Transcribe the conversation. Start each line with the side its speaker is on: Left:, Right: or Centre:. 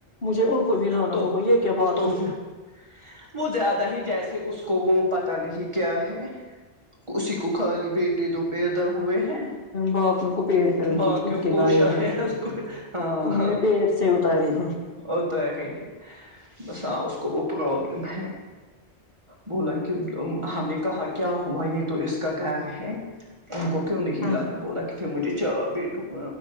Left: مجھے ان کو بھی لانا
Right: تو
Left: ہوگا یہ کیا بات
Right: توفھر وہ زیادہ ہی جیسے اس کو وہ پتا نہیں کیا ہے اسی کو خالی بیٹے دو پیدا ہوئے ہیں
Left: باقوں کو پیٹ کرو
Right: باقیوں
Left: گی کوکے
Right: کو
Left: لاائے
Right: شاید
Left: ہے
Right: کو ہاں
Left: انہوں
Right: ہاں
Left: نے پیٹ سے اتاری ہیں
Right: ہوتا ہے گئی ہے بس ہاں اس کو وہ پرابلم ہے بولا کہ ہم نے کہا کیا ہوا یہ تو اس کا گھر ہے ان کو کیوں نہیں
Left: ہاں
Right: لایا بولا کہ پھر مجھے چا بیٹوک